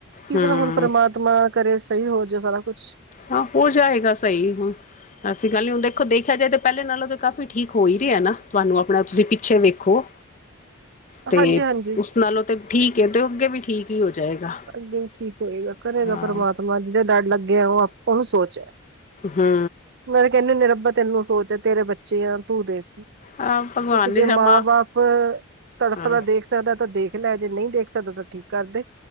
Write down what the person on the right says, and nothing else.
ਕੀ
ਪਤਾ ਹੁਣ ਪਰਮਾਤਮਾ ਪਰਮਾਤਮਾ ਕਰੇ ਸਹੀ ਹੋਰ ਜਾ ਸਾਰਾ ਕੁਛ
<inaudible>
ਹਾਂਜੀ ਹਾਂਜੀ
ਅੱਗੇ ਵੀ, ਠੀਕ ਹੋਏਗਾ। ਕਰੇਗਾ
ਪ੍ਰਮਾਤਮਾ, ਜਿਹਦੇ ਲੜ ਲੱਗੇ ਆ। ਉਹ ਆਪ ਉਹਨੂੰ ਸੋਚ ਹੈ।
ਮੈਂ ਤੇ ਚੈਨੀ ਊਨਹੀਂ ਆ। ਰੱਬਾ ਤੈਨੂੰ ਸੋਚ ਆ, ਤੇਰੇ ਬੱਚੇ ਆ, ਤੂੰ ਦੇਖ।
ਇੱਕ
ਜੇ
ਮਾਂ- ਬਾਪ ਤੜਫ
ਦਾ ਦੇਖ ਸਕਦਾ ਤਾਂ ਦੇਖ ਲੈ। ਜੇ ਨਹੀਂ ਦੇਖ ਸਕਦਾ ਤਾਂ, ਠੀਕ ਕਰਦੇ।